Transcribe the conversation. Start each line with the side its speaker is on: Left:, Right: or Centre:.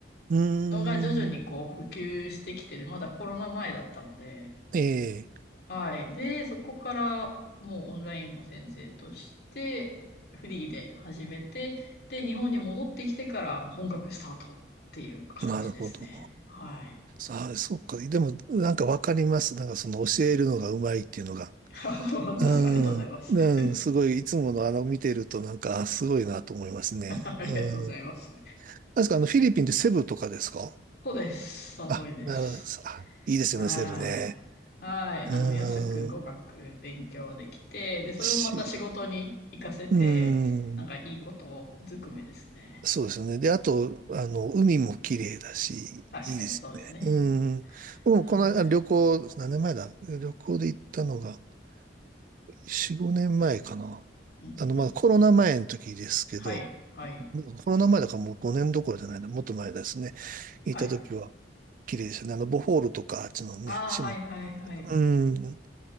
Right: うーん、
Left: のが徐々にこう普及してきてる、
Right: うーん
Left: まだコロナ前だったので、
Right: え
Left: はい。で、そこからもうオンラインの先生としてフリーで始めて、で、日本に戻ってきてから本格スタートっていう感じですね。
Right: え、なるほど。
Left: はい。
Right: ああ、そっか。でも、なんかわかります。なんかその教えるのがうまいっていうのが。
Left: <laughs> 本当ですか。
Right: うん。
Left: ありがとうございます。
Right: うん、
Left: <laughs>
Right: すごい、いつものあの見てるとなんか、あすごいなと思いますね。
Left: ありがとうございます。
Right: うん。確かあの、フィリピンってセブとかですか
Left: そうです。その通りです。
Right: あ、なるほど。あ、いいですよね、
Left: は
Right: セブね。
Left: い。はい。
Right: うん。
Left: あの、安く語学勉強できて、で、それをまた仕事に活かせて、
Right: し、うん。
Left: なんかいいことずくめですね。
Right: そうですよね。で、あと、
Left: うん、
Right: あの、海も綺麗だし、
Left: 確かにそうですね。
Right: いいですよね。うん。もうこの間旅行、
Left: は
Right: 何年前だ旅行で行ったのが、4、5年前かな。
Left: い。うんうん
Right: あの、まあコロナ前の時ですけど、
Left: はい、はい、
Right: コロナ前だからもう5年どころじゃないな、もっと前ですね。行った時は
Left: はい。
Right: 綺麗でしたね。あの、ボホールとか、あっちのね、
Left: ああ、
Right: 島。
Left: はい、はい、はい。
Right: うん。